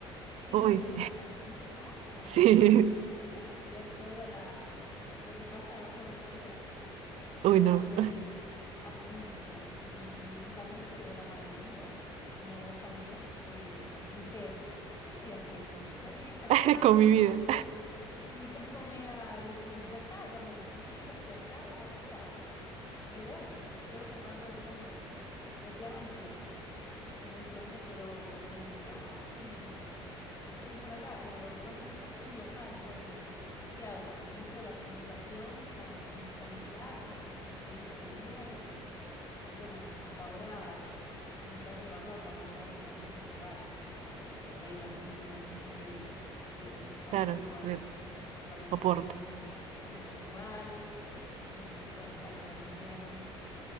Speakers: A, on the left; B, on the right.
A: que
B: Uy,
A: no es el mejor ambiente, ¿no? No,
B: <laughs>
A: es
B: sí.
A: bastante <laughs> ver toda la, lo que pasa debajo del puente, pero
B: Uy,
A: bueno,
B: no.
A: Aprendí mucho y también llegó la pandemia, así como vos también. eh, dije, ¿qué estoy haciendo? Ya llegué hasta acá,
B: <laughs> Con mi
A: estoy
B: vida.
A: dedicándome a lo que ya está, ya me recibí, ya estoy acá, ya- ¿qué hago? Me voy, quiero viajar por el mundo. Y así arranqué. Muy pronto espero volver a emigrar y, y estoy por acá, pero lo que más me gusta hacer es viajar y bueno, dije, ¿qué hago? Mezclo la comunicación con, con los viajes, con la experiencia de vida y y bueno, hasta ahora me está llevando a conocer un montón de lugares, como bueno, te conté de las islas, te conté de, de- bueno,
B: Claro,
A: quiero conocer
B: de
A: prácticamente,
B: Oporto.
A: vengo conociendo bastante Portugal y bueno, España también,